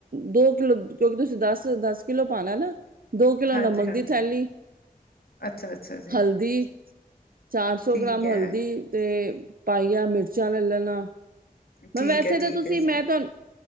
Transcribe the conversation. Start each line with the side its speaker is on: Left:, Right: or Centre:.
Right: ਦੋ ਕਿਲੋ ਕਿਉਂਕਿ ਤੁਸੀਂ ਦਸ ਦਸ ਕਿੱਲੋ ਪਾਉਣਾ ਨਾ ਦੋ ਕਿਲੋ
Left: ਹਾਂਜੀ-ਹਾਂਜੀ
Right: ਨਮਕ ਦੀ ਥੈਲੀ
Left: ਅੱਛਾ-ਅੱਛਾ ਜੀ।
Right: ਹਲਦੀ ਚਾਰ ਸੌ
Left: ਠੀਕ
Right: ਗ੍ਰਾਮ
Left: ਹੈ,
Right: ਹਲਦੀ ਤੇ ਪਾਈਆ ਮਿਰਚਾਂ ਲੈ ਲੈਣਾ
Left: ਠੀਕ
Right: ਵੈਸੇ
Left: ਹੈ,
Right: ਤਾਂ
Left: ਠੀਕ
Right: ਤੁਸੀਂ
Left: ਹੈ
Right: ਮੈਂ
Left: ਜੀ।
Right: ਤੁਹਾਨੂੰ